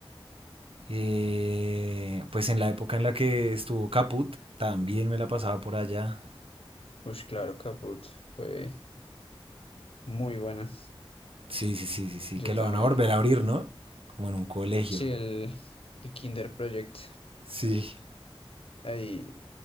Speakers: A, on the right; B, on the left.
A: Eh, pues en la época en la que estuvo Caput, también me la pasaba por allá.
B: Ush, claro, Caput fue muy buena.
A: Sí, sí, sí, sí, sí,
B: Yo
A: que lo
B: también.
A: van a volver a abrir, ¿no? Como en un colegio.
B: Sí, el, el Kinder Project.
A: Sí,
B: Ahí